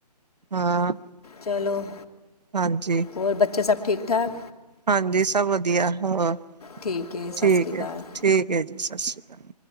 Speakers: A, on the right (about 80°); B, on the left (about 65°).
A: ਹਾਂ।
B: ਚਲੋ,
A: ਹਾਂਜੀ,
B: ਹੋਰ ਬੱਚੇ ਸਭ ਠੀਕ-ਠਾਕ?
A: ਹਾਂਜੀ ਸਭ ਵਦੀਆ, ਹੋਰ,
B: ਠੀਕ ਹੈ ਸਤਿ
A: ਠੀਕ
B: ਸ਼੍ਰੀ ਅਕਾਲ
A: ਏ ਜੀ, ਠੀਕ ਏ ਜੀ ਸਸੀ ਕਾਲ।